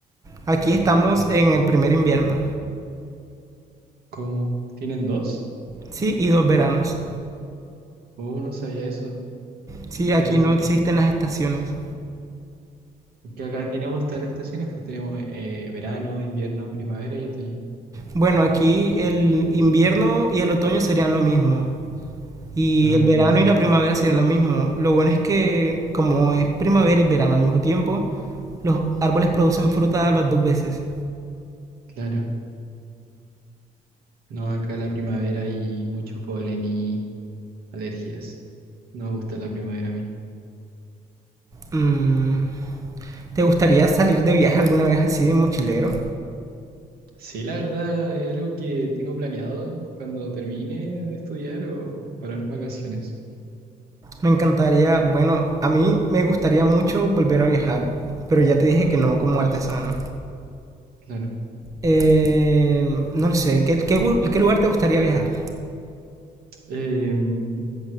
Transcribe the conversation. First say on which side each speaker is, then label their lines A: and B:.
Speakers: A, on the right (about 20°); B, on the right (about 85°).
A: aquí estamos en el primer invierno.
B: ¿Cómo? ¿Tienen dos?
A: Sí, y dos veranos.
B: Oh, no sabía eso.
A: Sí,
B: Qué
A: aquí
B: loco.
A: no existen las estaciones.
B: Es Que acá tenemos todas las estaciones, pues tenemos eh, verano, invierno, primavera y otoño.
A: Bueno, aquí el invierno y el otoño serían lo mismo. Y
B: Ah,
A: el verano
B: ya,
A: y la primavera serían lo mismo. Lo bueno es que como es primavera y verano al mismo tiempo, los árboles producen fruta las dos veces.
B: claro. No, acá la primavera y mucho polen y Alergias. No me gusta la primavera a mí.
A: Mm, ¿Te gustaría salir de viaje alguna vez así de mochilero?
B: Sí, la verdad, es algo que tengo planeado cuando termine de estudiar o para unas vacaciones.
A: Me encantaría, bueno, a mí me gustaría mucho volver a viajar, pero ya te dije que no como artesano.
B: Claro.
A: Eh, no lo sé, ¿qué, qué, gu- qué lugar te gustaría viajar?
B: Em,